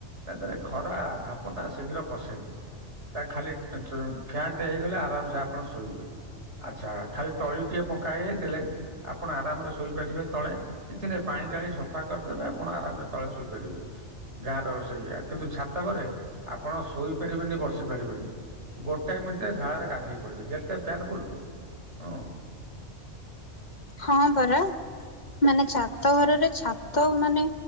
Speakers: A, on the right; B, on the left.
A: ତା ଦେହରେ ଖରା ଧାପ ଟା ଶୀଘ୍ର ପଶେନି। ତା ଖାଲି ଫ୍ୟାନଟେ ହେଇଗଲେ ଆରାମସେ ଆପଣ ଶୋଇବେ। ଆଚ୍ଛା ଖାଲି ତଳି ଟିକେ ପକା ହେଇଯାଇଥିଲେ ଆପଣ ଆରାମରେ ଶୋଇପାରିବେ ତଳେ। କିଛି ନାହିଁ ପାଣି ଡାଳି ସଫା କରିଦେବେ ଆପଣ ଆରାମରେ ତଳେ ଶୋ ଇ ପାରିବେ ଗାଁ ର ସେଇଆ କିନ୍ତୁ ଛାତ ତ ଘରେ ଆପଣ ଶୋଇପାରିବେନି ବସି ପାରିବେନି। ଗୋଟାଏ ମିନିଟରେ ଝାଳରେ ଗାଧେଇ ପଡିବେ ଯେତେ ଫ୍ୟାନ ବୁଲୁ ହୁଁ।
B: ହଁ ପରା। ମାନେ ଛାତ ଘରରେ ଛାତ ମାନେ